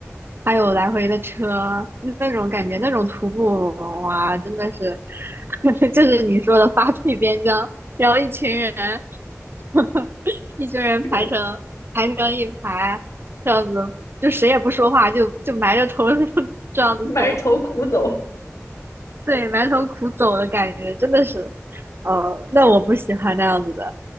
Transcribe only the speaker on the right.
还有来回的车，那种感觉，那种徒步哇，真的是，<laughs> 就是你说的发配边疆，然后一群人，<laughs> 一群人排成排成一排，
这样子就谁也不说话，就就埋着头 <laughs> 这样子走，
对，埋头苦走的感觉，真的是，哦，那我不喜欢那样子的，